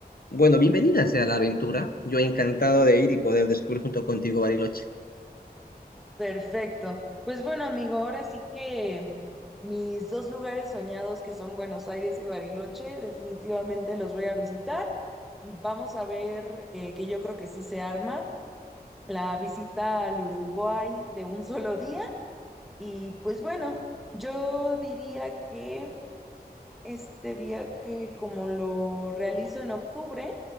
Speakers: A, on the left (about 65°); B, in the centre.
A: bueno, bienvenida sea la aventura. Yo encantado de ir y poder descubrir junto contigo Bariloche.
B: Perfecto. Pues bueno, amigo, ahora sí que mis dos lugares soñados que son Buenos Aires y Bariloche, definitivamente los voy a visitar. Vamos a ver eh, que yo creo que sí se arma la visita al Uruguay de un solo día Y pues bueno, yo diría que este viaje, como lo realizo en octubre,